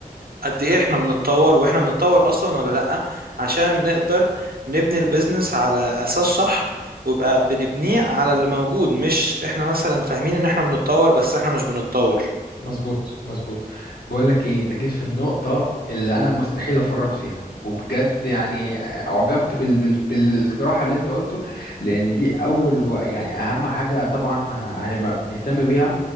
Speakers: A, on the right; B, on the left.
A: قد ايه احنا بنتطور واحنا بنتطور اصلا ولا لا عشان نقدر نبني البيزنس على اساس صح ويبقى بنبنيه على اللي موجود مش احنا مثلا فاهمين ان احنا بنتطور بس احنا مش بنتطور
B: مظبوط مظبوط بقول لك ايه انت جيت في النقطة اللي انا مستحيل افرط فيها وبجد يعني اعجبت بال... بال... بالاقتراح اللي انت قلته لان دي اول و... يعني اهم حاجة طبعا هنبقى بنهتم بيها